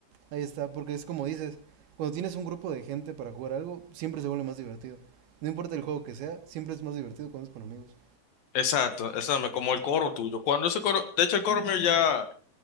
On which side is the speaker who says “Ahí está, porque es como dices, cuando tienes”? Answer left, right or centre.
Right